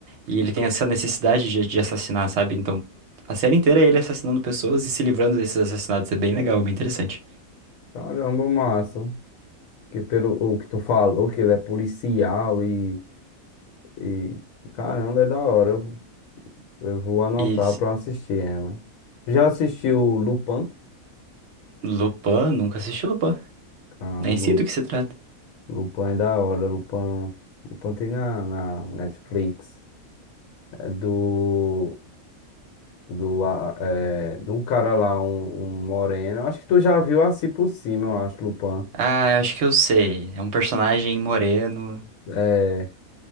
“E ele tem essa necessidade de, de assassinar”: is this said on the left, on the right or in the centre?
Right